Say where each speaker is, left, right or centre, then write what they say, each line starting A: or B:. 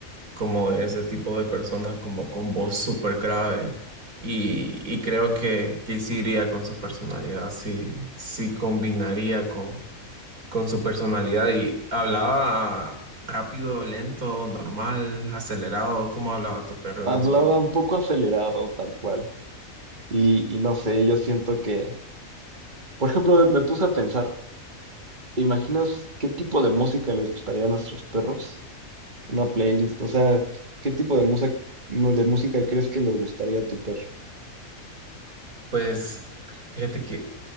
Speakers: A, on the right; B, on the right.
A: como de ese tipo de personas, como con voz súper grave. Y, y creo que, que sí iría con su personalidad, sí, sí combinaría con su personalidad y hablaba rápido, lento, normal, acelerado, ¿cómo hablaba tu perro
B: Hablaba
A: en el sueño?
B: un poco acelerado, tal cual. Y, y no sé, yo siento que, por ejemplo, me puse a pensar, ¿te imaginas qué tipo de música les gustaría a nuestros perros? Una playlist, o sea, ¿qué tipo de música, de música crees que le gustaría a tu perro?
A: Pues fíjate que